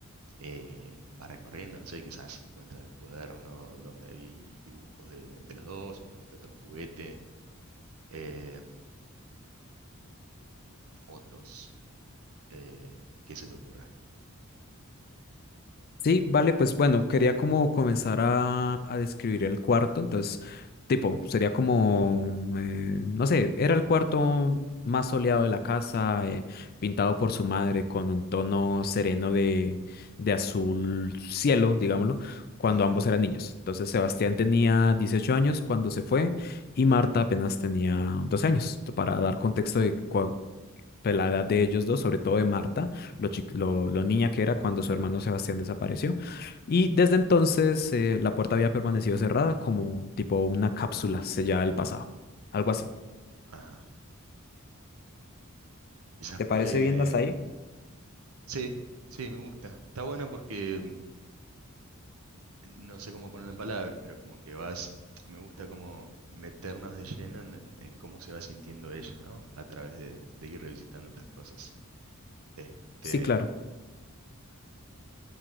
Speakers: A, on the right; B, on the left.
A: eh, va recorriendo, no sé, quizás encuentran un cuaderno donde hay dibujos de, de los dos o algún que otro juguete, eh, fotos, eh, ¿qué se te ocurre?
B: Sí, vale, pues bueno, quería como comenzar a, a describir el cuarto, entonces, tipo, sería como, eh, no sé, era el cuarto más soleado de la casa, eh, pintado por su madre con un tono sereno de, de azul cielo, digámoslo, cuando
A: Ujú,
B: ambos eran niños. Entonces, Sebastián tenía 18 años cuando se fue y Marta apenas tenía 12 años, t- para dar contexto de cua- pues, la edad de ellos dos, sobre todo de Marta, lo, chi- lo, lo niña que era cuando su hermano Sebastián desapareció. Y desde entonces eh, la puerta había permanecido cerrada como tipo una cápsula sellada del pasado, algo así.
A: ajá. Quizás
B: ¿Te
A: puede...
B: parece bien, Dasai?
A: Sí, sí, me gusta. Está bueno porque no sé cómo ponerlo en palabras, pero como que vas, me gusta como meternos de lleno en, en- en cómo se va sintiendo ella, ¿no? A través de, de ir revisitando estas cosas. Este,
B: Sí, claro.
A: mm,